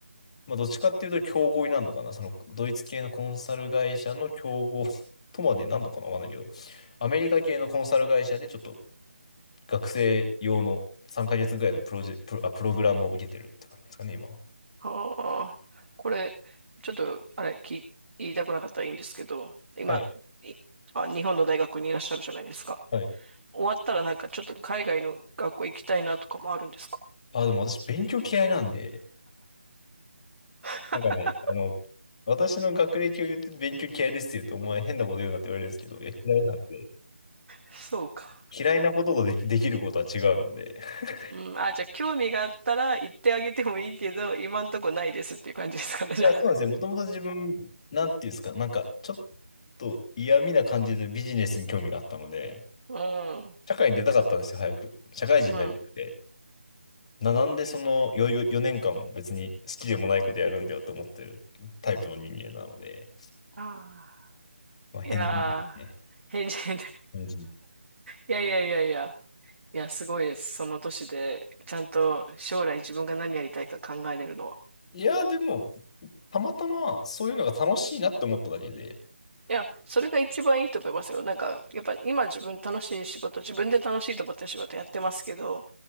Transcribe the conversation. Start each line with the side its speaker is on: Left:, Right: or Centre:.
Left: まあ、どっちかっていうと競合になるのかな、そのドイツ系のコンサル会社の競合 <laughs> とまでなんのかな、わかんないけど、アメリカ系のコンサル会社でちょっと学生用の3ヶ月ぐらいのプロジェ、プロ、あ、プログラムを受けてるって感じですかね、今は。
Right: はあ、これ、ちょっと、あれ、き、言いたくなかったらいいんですけど、今、
Left: はい。
Right: いあ、日本の大学にいらっしゃるじゃないですか。
Left: はい。
Right: 終わったらなんかちょっと海外の学校行きたいなとかもあるんですか
Left: あ、でも私勉強嫌いなんで、
Right: <laughs>
Left: なんかね、あの、私の学歴を言って勉強嫌いですって言うと、お前変なこと言うなって言われるんですけど、いや、嫌いなんで。
Right: そうか。
Left: 嫌いなこととでき、できることは違うので。<laughs>
Right: うん、あ、じゃあ興味があったら行ってあげてもいいけど、今んとこないですっていう感じですかね、じゃあ。
Left: いや、そうなんですよ。もともと自分、なんていうんですか、なんか、ちょっと嫌味な感じでビジネスに興味があったので、
Right: う
Left: 社会に出たかったんですよ、早く。社会人になりたくて。
Right: ん、うん。
Left: な、なんでそのよよ4年間も別に好きでもないことやるんだよと思ってるタイプの人間なので、
Right: ああ、
Left: まあ、変人ですね。
Right: いやー、返事、<laughs>
Left: 変人。
Right: いやいやいやいや。いや、すごいです。その年で、ちゃんと将来自分が何やりたいか考えれるのは。
Left: いや、でも、たまたまそういうのが楽しいなって思っただけで、
Right: いや、それが一番いいと思いますよ。なんか、やっぱ今自分楽しい仕事、自分で楽しいと思ってる仕事やってますけど、